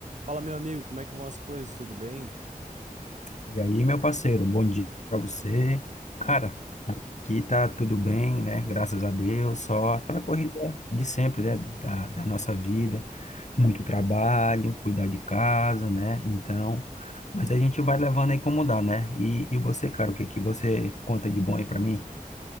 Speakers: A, on the right (about 50°); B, on the left (about 50°).
A: Fala, meu amigo, como é que vão as coisas? Tudo bem?
B: E aí, meu parceiro, bom dia para você. Cara, aqui tá tudo bem, né? Graças a Deus, só aquela corrida de sempre, né? Da, da nossa vida, muito trabalho, cuidar de casa, né? Então, mas a gente vai levando aí como dá, né? E, e você, cara, o que que você conta de bom aí para mim?